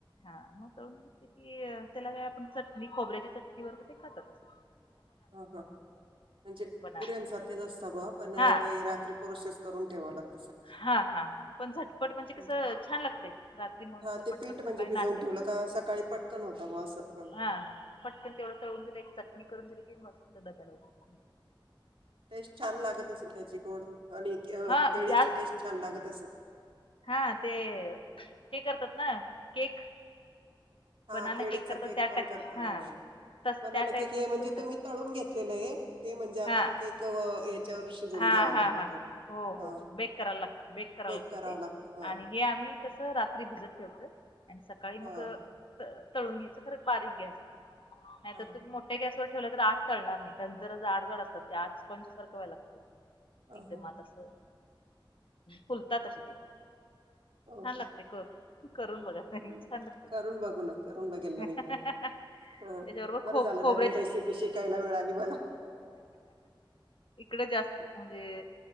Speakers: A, on the left; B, on the right.
A: हा मग तळून घेतलं की त्याला काय आपण चटणी खोबऱ्याची चटणी बरोबर ते खातात अस.
B: हा हा म्हणजे
A: बनाना
B: पुऱ्यांसारखेच असता बॉ पण
A: हा
B: ते रात्री प्रोसेस. करून ठेवा लाग
A: हा हा हा पण झटपट म्हणजे कसं
B: हं.
A: छान लागतय रात्री मळून
B: हां,
A: ठेवलं
B: ते
A: पटपट
B: पीठ म्हणजे
A: सकाळी
B: भिजवून
A: नाश्त्यात
B: ठेवलं का सकाळी पटकन होता बॉ असं.
A: हा पटकन तेवढं तळून दिलं एक चटणी करून दिली की मस्त डब्याला होत.
B: टेस्ट छान लागत असेल त्याची गोड आणि केळ
A: हा
B: केळीची
A: जास्त
B: टेस्ट छान लागत असेल.
A: हा ते हे करतात ना, केक
B: हा
A: बनाना
B: केळीचं
A: करतात
B: केक
A: त्या
B: पण
A: टाईप
B: करता
A: हा
B: हो
A: तस
B: बनाना
A: त्या टाईप
B: केक हे
A: मध्येच
B: म्हणजे
A: होत
B: तुम्ही तळून घेतलेलं ये, ते म्हणजे आपण
A: हा
B: केक ह्याच्यावर शिजवून
A: हा,
B: घ्यावा लागतो
A: हा, हा,
B: तो.
A: हो,
B: हां,
A: हो, बेक करावं लागतं बेक करावं लागतं
B: करावा
A: ते
B: लागतो. हां,
A: आणि हे आम्ही कसं रात्री भिजत ठेवतोय आणि सकाळी मग
B: हां,
A: त तळून घ्यायचं खरं बारीक गॅसवर नाहीतर
B: हां,
A: तुम्ही
B: हां.
A: मोठ ठया गॅसवर ठेवलं तर आत तळणार नाई, कारण जरा जाड जाड असतात त्या, आत स्पंजसारख व्हायला लागंतय.
B: हां,
A: एकदम
B: हां.
A: आत असं फुलतात अशे ते
B: हो
A: छान
B: का?
A: लागतय, कर करून बघा. <unintelligible>
B: हम्म
A: छान लागत्यात.
B: करून बघू ना करून बघेल ना
A: हां
B: मी
A: हां
B: पण
A: हां
B: ह
A: त्याच्याबरोबर
B: बरं
A: खो
B: झालं
A: खोबऱ्याचेच
B: नवीन रेसिपी शिकायला मिळाली मला
A: इकडे जास्त म्हणजे